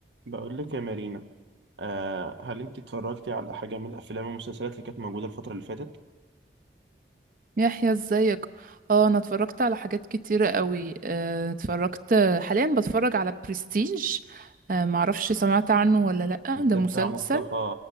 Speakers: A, on the right; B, on the right.
A: بقول لك يا مارينا آه هل انت اتفرجتي على حاجه من الافلام والمسلسلات اللي كانت موجوده الفتره اللي فاتت
B: يحيى ازيك اه انا اتفرجت على حاجات كتيرة قوي آه، اتفرجت حاليا بتفرج على برستيج آه، معرفش سمعت عنه ولا لأ ده
A: ده
B: مسلسل
A: بتاع مصطفى